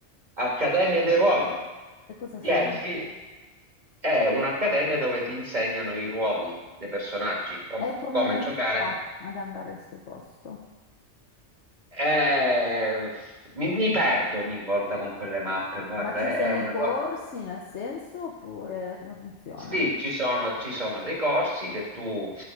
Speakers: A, on the right; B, on the left.
A: Accademia dei Ruoli.
B: e cosa
A: Gli
B: sono?
A: Elfi è un'accademia dove ti insegnano i ruoli dei personaggi, com-
B: È come...
A: come giocare.
B: Ah, ad andare al suo posto.
A: Eh, mi, mi perdo ogni volta con quelle mappe, guarda,
B: Ma ci sono
A: è è una
B: i corsi
A: cosa.
B: nel senso oppure come funziona?
A: Sì, ci sono, ci sono dei corsi che tu